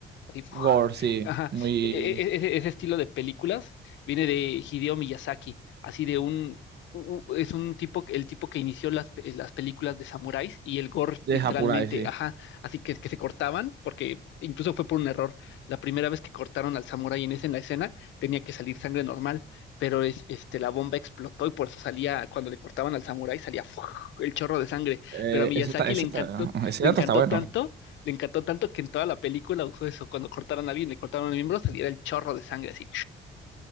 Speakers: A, on the left (about 70°); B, on the right (about 55°).
A: así, ¡fua!
B: Gore, sí.
A: ajá,
B: Muy
A: e- e- e, ese, ese estilo de películas viene de Hideo Miyazaki, así de un, u- u- es un tipo, el tipo que inició las, pe- las películas de samuráis y el gore
B: de
A: literalmente,
B: Japurai, sí.
A: ajá, así que, que se cortaban, porque incluso fue por un error. La primera vez que cortaron al samurái en esa en la escena, tenía que salir sangre normal pero es, este, la bomba explotó y por eso salía, cuando le cortaban al samurái, salía ¡fua! el chorro de sangre.
B: Eh,
A: Pero a Miyazaki
B: ese, está- ese,
A: le encantó,
B: está- ese
A: le
B: dato
A: encantó
B: está bueno.
A: tanto, le encantó tanto que en toda la película usó eso. Cuando cortaron a alguien, le cortaron el miembro, salía el chorro de sangre así.